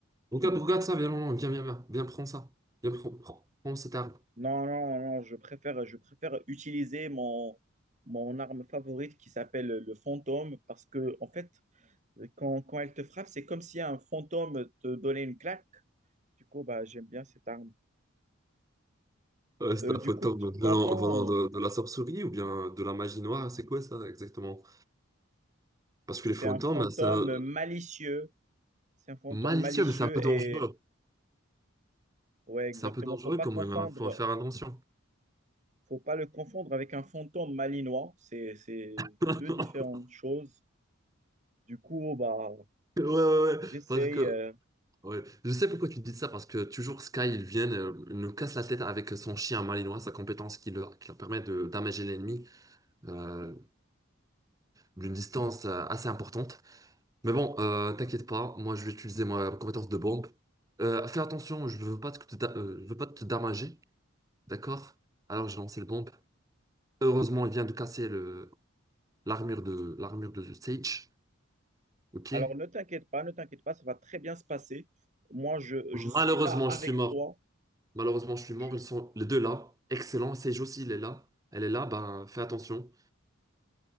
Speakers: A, on the right (about 15°); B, on the right (about 35°).
A: regarde, regarde ça, viens, viens, viens, viens, viens, viens, prends ça. Viens, prends, prends, prends cette arme.
B: Non, non, non, je préfère, je préfère utiliser mon, mon arme favorite qui s'appelle le fantôme parce que, en fait, Quand, quand elle te frappe, c'est comme si un fantôme te donnait une claque. Du coup, bah, j'aime bien cette arme.
A: Euh, c'est
B: Euh, du
A: un fantôme
B: coup, t- t'entends,
A: venant, venant de,
B: euh,
A: de la sorcellerie ou bien de la magie noire, c'est quoi ça exactement? Parce
B: c'est
A: que les fantômes,
B: un fantôme
A: c'est un...
B: malicieux. C'est un fantôme
A: malicieux,
B: malicieux
A: mais c'est un peu dangereux.
B: et ouais, exactement.
A: C'est un peu dangereux
B: Faut pas
A: quand
B: confondre,
A: même, il faut faire attention.
B: faut pas le confondre avec un fantôme malinois. C'est, c'est
A: <laughs>
B: deux différentes choses. Du coup, bah,
A: Ouais, ouais, ouais,
B: j'essaye.
A: parce que
B: euh,
A: Ouais, je sais pourquoi tu dis ça, parce que toujours Sky, il vient, euh, il nous casse la tête avec son chien malinois, sa compétence qui leur, qui leur permet de damager l'ennemi euh, d'une distance euh, assez importante. Mais bon, euh, t'inquiète pas, moi je vais utiliser ma compétence de bombe. Euh, fais attention, je veux pas te, da- euh, je veux pas te damager, d'accord? Alors j'ai lancé le bombe. Heureusement, il vient de casser le, l'armure de, l'armure de Sage, ok?
B: Alors, ne t'inquiète pas, ne t'inquiète pas, ça va très bien se passer. Moi, je, je
A: Malheureusement,
B: suis là avec
A: je suis mort.
B: toi.
A: Malheureusement, je suis mort.
B: Je
A: Ils sont les deux là. Excellent. Sage aussi, il est là. Elle est là. Ben, fais attention.